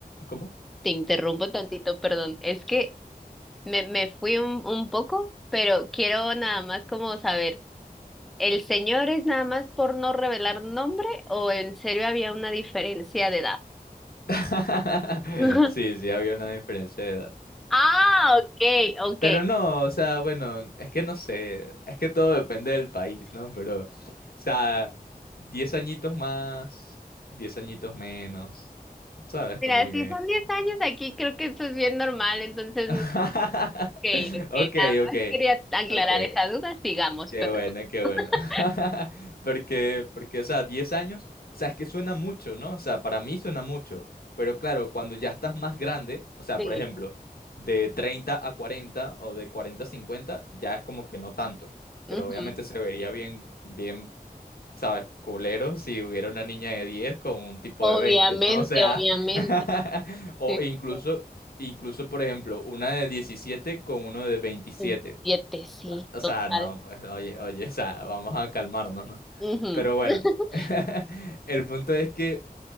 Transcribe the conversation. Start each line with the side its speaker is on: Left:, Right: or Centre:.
Left: ¿cómo?
Centre: te interrumpo tantito, perdón. Es que me, me fui un, un poco, pero quiero nada más como saber, ¿el señor es nada más por no revelar nombre o en serio había una diferencia de edad?
Left: <laughs>
Centre: <laughs>
Left: Sí, sí, había una diferencia de edad.
Centre: Ah, ok, ok.
Left: Pero no, o sea, bueno, es que no sé, es que todo depende del país, ¿no? Pero, o sea, 10 añitos más, 10 añitos menos, ¿sabes?
Centre: Mira,
Left: Como que...
Centre: si son 10 años aquí, creo que eso es bien normal, entonces,
Left: <laughs>
Centre: ok, ok,
Left: Ok,
Centre: nada más
Left: ok,
Centre: quería aclarar
Left: ok.
Centre: esa duda, sigamos,
Left: Qué
Centre: pero
Left: bueno, qué
Centre: <laughs>
Left: bueno. <laughs> Porque, porque, o sea, 10 años, o sea, es que suena mucho, ¿no? O sea, para mí suena mucho, pero claro, cuando ya estás más grande, o sea,
Centre: sí,
Left: por ejemplo, de 30 a 40 o de 40 a 50, ya es como que no tanto,
Centre: ujú.
Left: pero obviamente se vería bien, bien, ¿sabes? Culero si hubiera una niña de 10 con un tipo
Centre: Obviamente,
Left: de 20, ¿no? O sea,
Centre: obviamente,
Left: <laughs> o
Centre: sí,
Left: incluso,
Centre: sí,
Left: incluso, por ejemplo, una de 17 con uno de veintisiete.
Centre: sí. siete, sí,
Left: O
Centre: total,
Left: sea, no, pues, oye, oye, o sea, vamos a calmarnos, ¿no?
Centre: ujú.
Left: Pero bueno,
Centre: <laughs>
Left: <laughs> el punto es que,